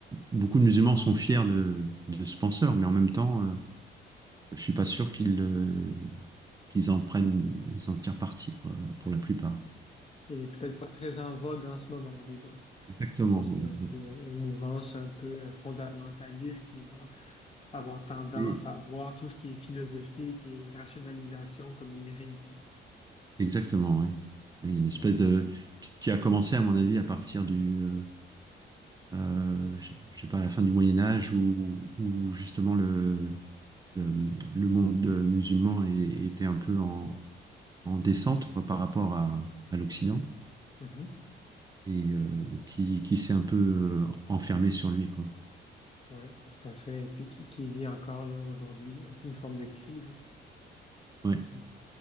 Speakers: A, on the right; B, on the left.
A: beaucoup de musulmans sont fiers de de ce penseur, mais en même temps, euh, je suis pas sûr qu'ils euh, qu'ils en prennent, ils en tirent parti, quoi, pour la plupart.
B: Il est peut-être pas très en vogue en ce moment, disons.
A: Exactement.
B: Après, C'est
A: voilà.
B: un peu une mouvance un peu fondamentaliste qui va avoir tendance
A: Et-
B: à voir tout ce qui est philosophique et rationalisation comme une hérésie, quoi.
A: Exactement, oui. Il y a une espèce
B: Mhm.
A: de qui a commencé, à mon avis, à partir du euh, euh, je je sais pas, à la fin du Moyen Âge, où, où justement le, le, le monde euh, musulman é- était un peu en, en descente quoi, par rapport à, à l'Occident,
B: Mhm.
A: et euh, qui, qui s'est un peu euh, enfermé sur lui, quoi.
B: Oui, tout à fait. Et puis qui, qui vit encore là aujourd'hui euh, une forme de crise. hein.
A: Ouais,
B: Mhm.